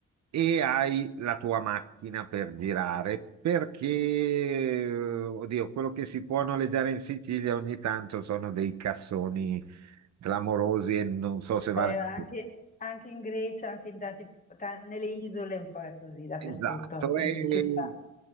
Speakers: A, on the right; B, on the left.
A: e hai la tua macchina per girare, perché, eh, oddio, quello che si può noleggiare in Sicilia ogni tanto sono dei cassoni clamorosi e non so se vale
B: Eh,
A: la
B: anche,
A: pena.
B: anche in Grecia, anche in tanti, ta- nelle isole, un po' è così dappertutto,
A: Esatto,
B: quindi
A: e,
B: ci sta.